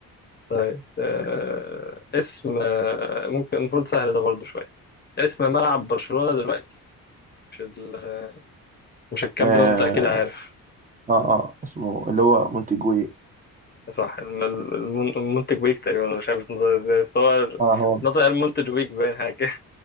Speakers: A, on the left; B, on the right.
A: طيب آه اسم آه، ممكن المفروض سهل ده برضه شوية اسم ملعب برشلونة دلوقتي مش ال- مش الكامب
B: آه,
A: نو أنت أكيد عارف
B: اه اه اسمه اللي هو مونتيجوي
A: صح الم- الم- المنتج ويك تقريبا أنا مش عارف نطق ازاي بس هو
B: اه هو
A: نطق المنتج ويك باين حاجة كده